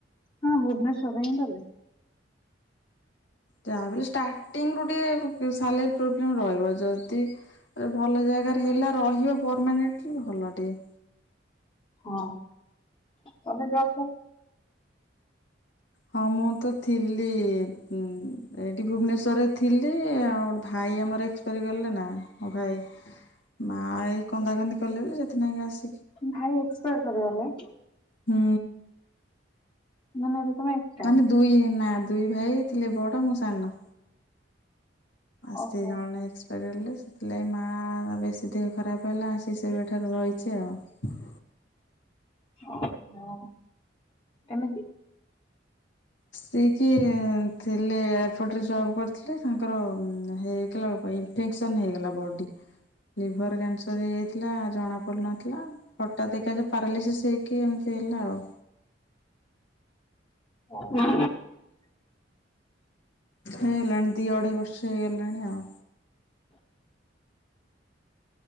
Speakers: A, on the left; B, on the left.
A: ହଁ ଭୁବନେଶ୍ଵରରେ ହିଁ ଦେଲେ।
B: ଯାହା ବଲେ ଷ୍ଟାର୍ଟିଂରୁୁ ଟିକେ ସାଲରୀ ପ୍ରୋବ୍ଲେମ ରହିବ ଯଦି ଭଲ ଜାଗାରେ ହେଲା ରହିବ ପରମାନେେଣ୍ଟଲି ଭଲ ଟିକେ।
A: ହଁ ତମେ ଯାଉଛ
B: ହଁ ମୁଁ ତ ଥିଲି ଇ-ମ୍ ଏଇଠି ଭୁବନେଶ୍ଵରରେ ଥିଲି ଆଉ ଗୋଟେ ଭାଇ ଆମର ଏକ୍ସପାରି ଗଲେ ନା ମୋ ଭାଇ ମା ଏଇ କନ୍ଦାକନ୍ଦି କଲେ ବୋଲି ସେଥିନାଗି ଆସ
A: ଭାଇ ଏକ୍ସପାଡ୍ କରିଗଲେ।
B: ହୁଁ।
A: ମାନେ ତମେ ଏକା।
B: ମାନେ ଦୁଇ ନା ଦୁଇ ଭାଇ ଥିଲେ ବଡ଼ ମୁଁ ସାନ। ଆସେ
A: ଓହୋ
B: ଜଣ ଏକ୍ସପାରି ହେଲେ ସେଥିଲାଗ ମା ବେଶୀ ଦେହ ଖରାପ ହେଲା ଆସି ସେବେ ଠାରୁ ରହିଛେ ଆଉ।
A: ଓହୋ କେମିତି?
B: ସିକି ଥିଲେ ଏୟାରପୋର୍ଟରେ ଜବ୍ କରିଥିଲେ ତାଙ୍କର ହେଇଗଲା ଇନଫେକ୍ସନ ହେଇଗଲା ବଡି ଲିଭର କ୍ୟାନସର ହେଇଯାଇଥିଲା ଜଣାପଡ଼ୁନଥିଲା ହଠାତ୍ ଏକା ପାରାଲିସିସ୍ ହେଇକି ଏମିତି ହେଲା ଆଉ।
A: ହୁଁ।
B: ହେଇଗଲାଣି ଦି ଅଢେଇ ବର୍ଷ ହେଇଗଲାଣି ଆଉ।